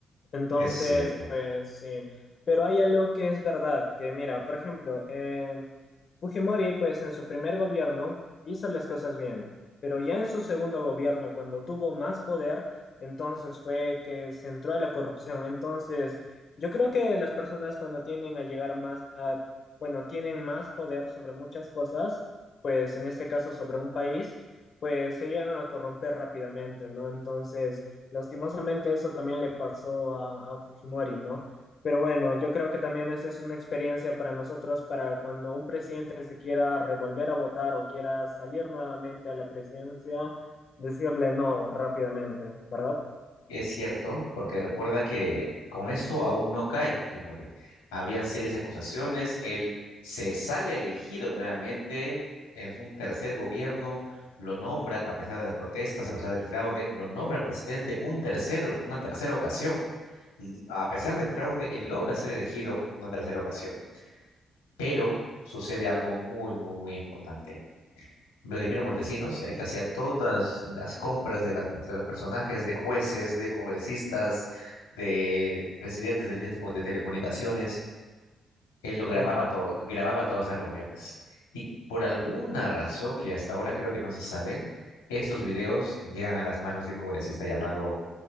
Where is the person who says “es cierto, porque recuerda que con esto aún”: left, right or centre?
Left